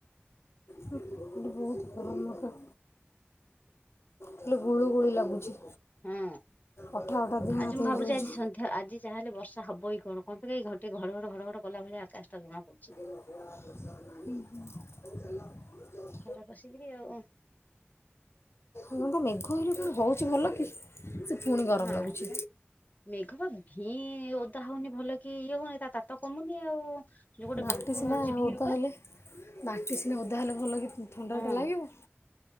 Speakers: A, on the left; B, on the left.
A: ହୁଁ ଏଇଠି ବହୁତ ଗରମ ନକ ହେଲେ ଗୁଳୁ ଗୁଳି ଲାଗୁଛି।
B: ହଁ
A: ଅଠା ଅଠା ଦେହ
B: ଆଜି
A: ହାତ
B: ମୁଁ
A: ହେଇଯାଉଛି
B: ଭାବୁଚି ଆଜି ସ ନ୍ଧ୍ୟା ଆଜି ଯାହା ହେଲେ ବର୍ଷା ହବି କଣ। କମ୍ପିଲାଇଁ ଏ ଘଣ୍ଟେ ଘଡଘଡ ଘଡଘଡ କଲା ଭଳି ଆକାଶଟା ଜଣା ପଡୁଚି।
A: ଉଁ ହୁଁ।
B: ଖରା ପସିିକିରି ଆଉ।
A: ଉଁ କଣ ମେଘ ହେଲେ କଣ ହଉଚି ଭଲ କି ସେ ପୁଣି ଗରମ
B: ନାଇଁ
A: ଲାଗୁଛି
B: ପା। ମେଘ ପା ଭିଇଁ ଓଦା ହଉନି ଭଲ କି ଇଏ ହଉନି ତା ତାତ କମୁନି ଆଉ ଯୋଉ ଗୋଟେ
A: ମାଟି
B: ବାମ୍ଫ
A: ସିନା
B: ବାହାରୁଛି ଭିଁରୁ
A: ଓଦା
B: ପା
A: ହେଲେ ମାଟି ସିନା ଓଦା ହେଲେ ଭଲ କି ଥଣ୍ଡାଟା
B: ହଁ।
A: ଲାଗିବ।